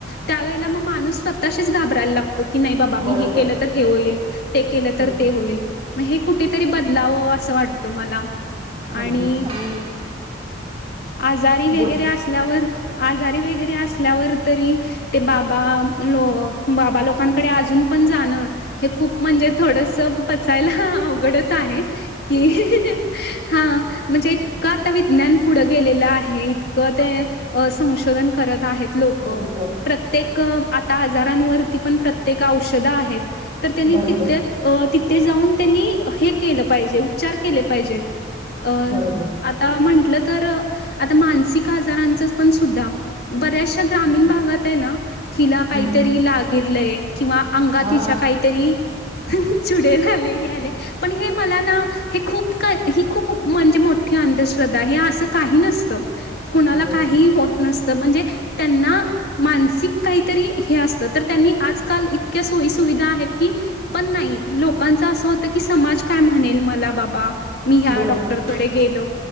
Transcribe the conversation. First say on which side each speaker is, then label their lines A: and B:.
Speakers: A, on the left (about 55°); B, on the right (about 30°).
A: त्यावेळेला मग माणूस स्वतःशीच घबरायला लागतो की नाही बाबा
B: बरोबर
A: मी हे केलं तर हे होईल ते केलं तर
B: हं
A: ते होईल मग हे कुठेतरी बदलावं असं वाटतं मला आणि
B: अगदीच आणि
A: आजारी वगैरे
B: बोल
A: असल्यावर आजारी वगैरे असल्यावर तरी ते बाबा लो बाबा लोकांकडे अजून ण खप म्हणजे थोडस पचायला अवघडच आहे की हा म्हणजे का त विज्ञान पुढं गेलेलं आहे इतकं ते संशोधन करत आहेत लोक
B: बरोबर
A: प्रत्येक आ आजारांवरती पण प्रत्येक औषध आहेत तर त्यांनी
B: बरोबर
A: तथ तिथे जाऊन त्यांनी हे केलं पाहिजे उपचार केले पाहिजेत अ
B: बरोबर
A: आता म्हंटल <inaudible> तर आता मानसिक आजारांच पण सुद्धा बऱ्याचशा ग्रामीण
B: हं
A: भागात आहे ना हिला काहीतरी
B: हं
A: लागिरलय किंवा अंगातिच्या
B: हा
A: काहीतरी च आले हे आले पण हे मला ना हे खूप का ही खूप म्हणजे मोठी अंधश्रद्धा हे असं काही नसत. कुणाला काही
B: बरोबर
A: होत नसतं म्हणजे त्यांना मानसिक काहीतरी हे असत त्यांनी आजकाल इतक्या सोयी सुविधा आहेत. की पण नाही लोकांच असं होत की समाज काय म्हणेल मला बाबा, मी ह्या
B: बरोबर
A: डॉक्टरकडे गेलो